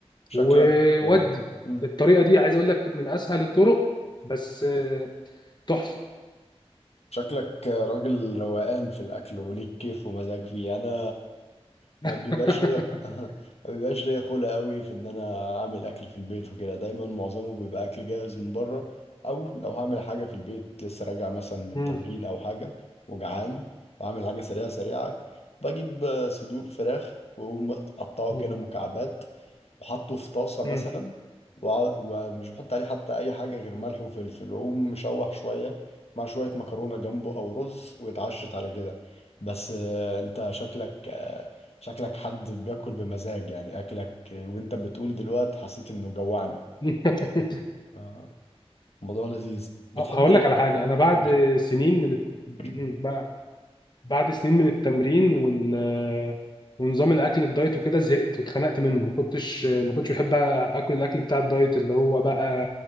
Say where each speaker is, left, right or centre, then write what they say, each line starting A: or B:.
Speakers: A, on the left; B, on the left.
A: شكلك
B: وودي
A: مم.
B: الطريقه دي عايز اقول لك من اسهل الطرق بس آه، تحفه
A: شكلك راجل روقان في الأكل وليك كيف ومزاج فيه أنا ما
B: <laughs>
A: بيبقاش ليا <laughs> ما بيبقاش ليا خلق أوي في إن أنا أعمل أكل في البيت وكده دايما معظمه بيبقى أكل جاهز من بره أو لو هعمل حاجة في البيت لسه راجع مثلا من
B: مم.
A: تمرين أو حاجة وجعان وعامل حاجة سريعة سريعة بجيب صدور فراخ وأقوم أقطعه
B: مم.
A: كده مكعبات وحطه في طاسة مثلا
B: مم.
A: وع- ومش بحط عليه حتى أي حاجة غير ملح وفلفل وأقوم مشوح شوية مع شوية مكرونة جنبه أو رز واتعشت على كده بس آه، أنت شكلك آه، شكلك حد بياكل بمزاج يعني أكلك آه، وأنت بتقول دلوقتي حسيت إنه جوعني
B: <laughs>
A: آه، الموضوع لذيذ بتحب
B: هقول
A: ال...
B: لك على حاجه انا بعد
A: قولي.
B: سنين من
A: <coughs>
B: مم.
A: <clears throat>
B: بقى بعد سنين من التمرين وال ونظام الاكل الدايت وكده زهقت واتخنقت منه ما كنتش ما كنتش بحب اكل الاكل بتاع الدايت اللي هو بقى